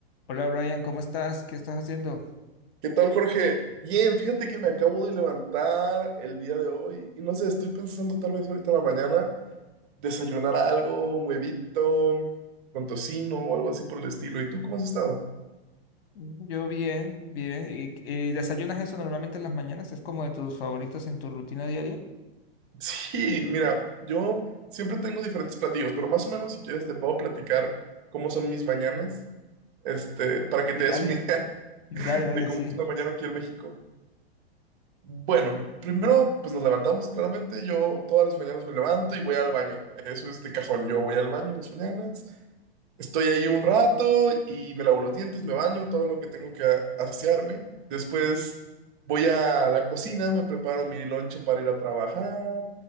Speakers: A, on the left; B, on the right.
A: Hola Brian, ¿cómo estás? ¿Qué estás haciendo?
B: ¿Qué tal, Jorge? Bien, fíjate que me acabo de levantar el día de hoy y no sé, estoy pensando tal vez ahorita en la mañana desayunar algo, un huevito con tocino o algo así por el estilo. ¿Y tú cómo has estado?
A: Yo bien, bien. ¿Y, y desayunas eso normalmente en las mañanas? ¿Es como de tus favoritos en tu rutina diaria?
B: <laughs> Sí, mira, yo siempre tengo diferentes platillos, pero más o menos si quieres te puedo platicar cómo son mis mañanas, este, para que te
A: Sí,
B: des
A: dale.
B: una <laughs> idea
A: Dale, dale,
B: de cómo
A: sí.
B: es una mañana aquí en México. Bueno, primero pues nos levantamos claramente, yo todas las mañanas me levanto y voy al baño, eso es de cajón, yo voy al baño en las mañanas, estoy ahí un rato y me lavo los dientes, me baño, todo lo que tengo que asearme, después voy a la cocina, me preparo mi lonche para ir a trabajar,